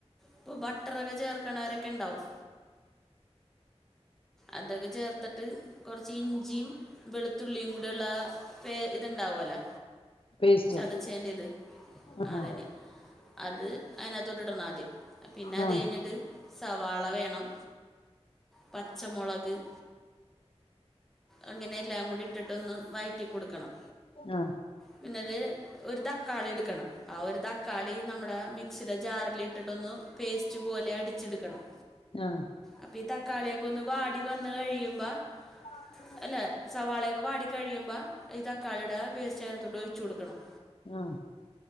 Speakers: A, in the centre; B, on the left.
A: ഇപ്പോ ബട്ടറൊക്കെ ചേർക്കണവരൊക്കെ ഉണ്ടാവും അതങ്ങ് ചേർത്ത്- ത്തിട്ട് കൊറച്ച് ഇഞ്ചിയും വെളുത്തുള്ളിയും കൂടി ഉള്ള പേ ഇത് ഉണ്ടാവുമല്ലോ
B: പേസ്റ്റ്
A: ചതച്ചേന്റെറ ഇത്
B: ആ
A: അതന്നെ
B: ആ
A: അത് അതിനതിനകത്തട്ട് ഇടണം ആദ്യം പിന്നെ
B: ആ
A: അത് കഴിഞ്ഞിട്ട്- സവാള വേണം പച്ചമൊളക്- അങ്ങനെ എല്ലാം കൂടി ഇട്ടിട്ടൊന്ന് വഴറ്റി കൊടുക്കണം
B: ആ ആ
A: പിന്നെ അത്- ഒരു തക്കാളി എടുക്കണം ആ ഒരു തക്കാളി നമ്മുടെ മിക്സിയുടെ ജാറില് ഇട്ടിട്ടൊന്ന് പേസ്റ്റ് പോലെ അടിച്ചെടുക്കണം
B: ഉ ആഹ്
A: അപ്പൊ ഈ തക്കാളിയൊക്കെ ഒന്ന് വാടി വന്ന് കഴിയുമ്പം -
B: ആഹ <unintelligible>
A: അല്ല സവാളയൊക്കെ വാടി കഴിയുമ്പോ ഈ തക്കാളിയുടെ പേസ്റ്റ് അതിനാത്തോട്ട് ഒഴിച്ച് കൊടുക്കണം
B: ആഹ്